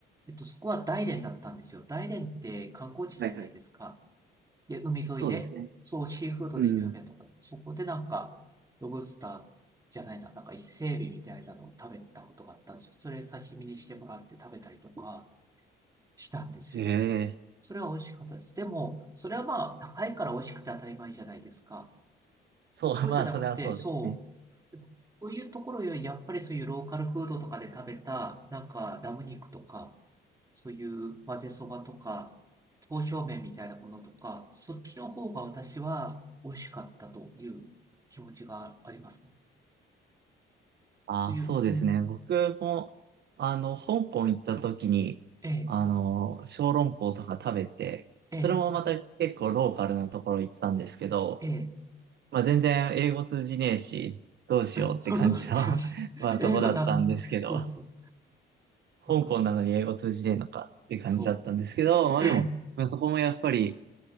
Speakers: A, on the right; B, on the right.
A: えっと、そこは大連だったんですよ。大連って観光地じゃないですか。
B: はいはい。
A: で、海沿いで、
B: そうですね。
A: そう、シーフードで有名とか、
B: うん。
A: そこでなんか、ロブスターじゃないな、なんか伊勢海老みたいなのを食べたことがあったんですよ。それ刺身にしてもらって食べたりとか、したんですよね。
B: ええ
A: それは美味しかったです。でも、それはまあ、高いから美味しくて当たり前じゃないですか。
B: そう、
A: そうじゃなくて、
B: <laughs> まあ、それはそうですね。
A: そう。でも、そういうところより、やっぱりそういうローカルフードとかで食べた、なんか、ラム肉とか、そういう混ぜそばとか、刀削麺みたいなものとか、そっちの方が私は美味しかったという気持ちがありますね。
B: ああ、
A: そういう、
B: そうですね。
A: うんうん、
B: 僕も、あの、香港行った時に、
A: ええ、
B: あの、小籠包とか食べて、
A: ええ、
B: それもまた結構ローカルなところ行ったんですけど、
A: ええ、
B: まあ全然英語通じねえし、どうしようって感じの
A: そうそう、通じない。
B: <laughs> まあとこだったんですけど、
A: 英語ダメ。そうそう、わかる。
B: 香港なのに英語通じねえのかって感じだったんですけど、
A: そ
B: まあでも、
A: う。え
B: まあそこもやっぱり、